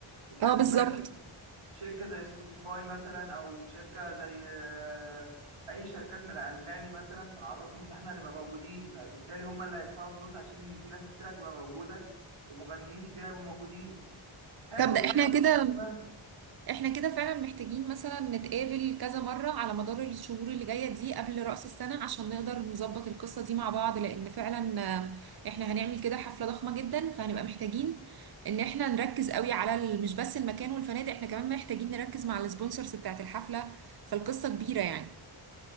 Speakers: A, on the right (about 80°); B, on the right (about 50°).
A: نتكلم
B: اه بالظبط
A: مثلا شركة زي سبوتيفاي مثلا أو شركة زي آه، أي شركات من الأنغامي مثلا فنعرفهم إن إحنا هنبقى موجودين فبالتالي هم اللي هيدفعوا فلوس عشان إن في ناس كتير هتبقى موجودة ومغنيين كتير هيبقوا موجودين حلو
B: طب ده
A: اديني
B: احنا
A: أفكار
B: كده
A: تمام
B: احنا كده فعلا محتاجين مثلا نتقابل كذا مرة على مدار الشهور اللي جاية دي قبل رأس السنة عشان نقدر نظبط القصة دي مع بعض لأن فعلا آه، احنا هنعمل كده حفلة ضخمة جدا فهنبقى محتاجين ان احنا نركز قوي على ال- مش بس المكان والفنادق احنا كمان محتاجين نركز مع السبونسرز بتاعت الحفلة فالقصة كبيرة يعني